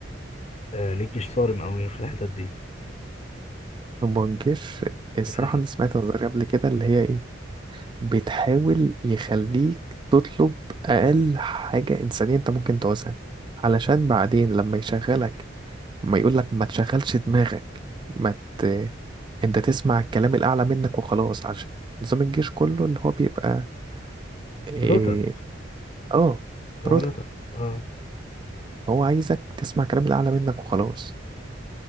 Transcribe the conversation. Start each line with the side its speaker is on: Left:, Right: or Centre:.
Left: آه ليه الجيش صارم قوي في الحتت دي
Right: هو الجيش الصراحة
Left: يعني
Right: أنا سمعت نظرية قبل كده اللي هي إيه بتحاول يخليك تطلب أقل حاجة إنسانية أنت ممكن تعوزها علشان بعدين لما يشغلك ما يقولك ما تشغلش دماغك ما ت... أنت تسمع الكلام الأعلى منك وخلاص عشان نظام الجيش كله اللي هو بيبقى إيه...
Left: رتب
Right: آه
Left: هو
Right: رتب
Left: رتب اه
Right: هو عايزك تسمع الكلام الأعلى منك وخلاص